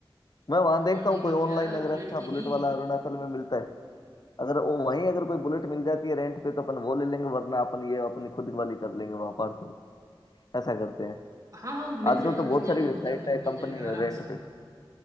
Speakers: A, on the left; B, on the right.
A: मैं वहां
B: और
A: देखता
B: नहीं
A: हूँ कोई
B: तो
A: ऑनलाइन
B: क्या
A: अगर
B: बुलेट
A: अच्छा
B: की
A: बुलेट
B: ही
A: वाला अरुणाचल में मिलता है अगर वो वहीं अगर कोई बुलेट मिल जाती है रेंट पे तो अपन वो ले लेंगे वरना अपन ये अपनी खुद वाली कर लेंगे वहां पार्सल ऐसा करते हैं
B: हाँ हाँ मिल
A: आजकल
B: जाएगा
A: तो बहुत
B: मिल जाएगा
A: सारी
B: उधर
A: वेबसाइट
B: पे
A: है
B: मिल
A: कंपनी
B: जाएगा
A: है
B: आराम
A: रेंट
B: से
A: पे